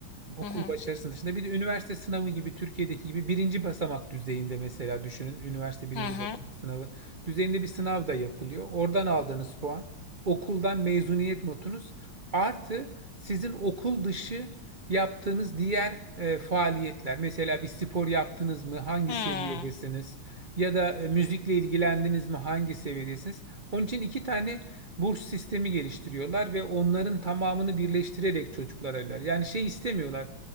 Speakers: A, on the right; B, on the left.
A: Okul
B: hı hı
A: başarısının dışında bir de üniversite sınavı gibi Türkiye'deki gibi birinci basamak düzeyinde mesela düşünün üniversite birinci
B: hı hı.
A: basamak sınavı düzeyinde bir sınav da yapılıyor. Oradan aldığınız puan okuldan mezuniyet notunuz artı sizin okul dışı yaptığınız diğer e, faaliyetler. Mesela bir spor yaptınız mı hangi
B: hı,
A: seviyedesiniz ya da e, müzikle ilgilendiniz mi hangi seviyedesiniz? Onun için iki tane burs sistemi geliştiriyorlar ve onların tamamını birleştirerek çocuklar evler. Yani şey istemiyorlar.